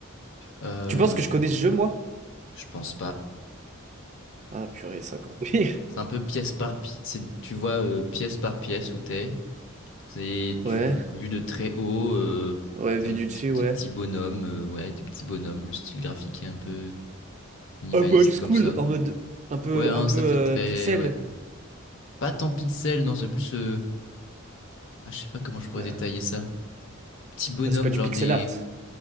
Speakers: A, on the left (about 60°); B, on the right (about 35°).
A: Euh,
B: Tu penses que je connais ce jeu, moi?
A: je pense pas.
B: Ah, purée, c'est encore pire. <laughs>
A: C'est un peu pièce par pièce. C'est, tu vois, euh, pièce par pièce où t'es. C'est,
B: Ouais,
A: tu, vu de très haut, euh,
B: ouais,
A: t'es
B: vu
A: un
B: du
A: petit,
B: dessus, ouais.
A: des petits bonhommes, euh, ouais, des petits bonhommes. Le style graphique est un peu minimaliste
B: Un peu old school,
A: comme ça.
B: en mode... Un peu,
A: Ouais, hein,
B: un peu
A: ça
B: euh,
A: fait très,
B: pixel.
A: ouais. Pas tant pixel, non, c'est plus. euh, Ah, je sais pas comment je pourrais
B: Euh,
A: détailler ça. Petit bonhomme,
B: bah, c'est pas du
A: genre
B: pixel
A: des.
B: art.